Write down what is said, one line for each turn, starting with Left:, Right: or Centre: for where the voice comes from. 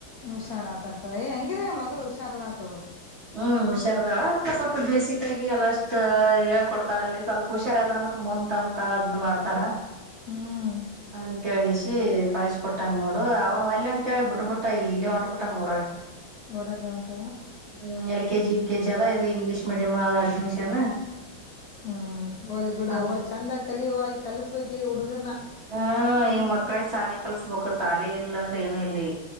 Left: ಹುಷಾರಾತ ಇರ್ತದೆ ಹೆಂಗಿದ ಮಗಳು ಹುಷಾರ ತಗೋ
Right: ಹ್ಮ್ ಹುಷಾರದಾಳ ಸ್ವಲ್ಪ ಬೇಸಿಕಾಗಿ ಎಲ್ಲ ಅಷ್ಟ ಅಷ್ಟ ಹೇಳ್ಕೊಡ್ತಾರಲ್ಲಿ ಸ್ವಲ್ಪ ಹುಷಾರಾದ್ರ ಅಂದ್ರ ಮುಂದ್ ತಮ್ತಾವ್ ಅದ ಮಾಡ್ತಾರ
Left: ಹ್ಮ್
Right: ಅಂತೇಳಿಸಿ ಕಳ ಬ ಬಿಟ್ಟನ್ ನೋಡು ಅವ್ನು ಒಲ್ಲೆ ಅಂತ ಹೇಳಿ ಬಿಟ್ಬುಟ್ಟ ಇಲ್ಲೇ ಹೊಂಟಬಿಟ್ಟನ ಊರಗ
Left: ಊರಗೆ ಒಂಟ
Right: ಹ್ಮ್ ಎಲ್ ಕೆಜಿ ಕೆ ಜಿ ಅದ ಅದ ಇಂಗ್ಲಿಷ ಮೀಡಿಯಮ್ ಆದ ಅಡ್ಮಿಷನ್
Left: ಹ್ಮ್ ಒಲ್ ಬಿಡ
Right: ಹಂಗ
Left: ಒಲ್ ಚಂದ ಕಲಿಯುವ ಕಲಸ್ಬೇಕು ಈ ಹುಡುಗರ್ನ
Right: ಹ್ಮ ಈ ಮಕ್ಕಳ ಶಾಲೆ ಕಲ್ಸ್ಬೇಕು ಶಾಲೆ ಇಲ್ಲ ಅಂದ್ರ ಏನು ಇಲ್ಲಿ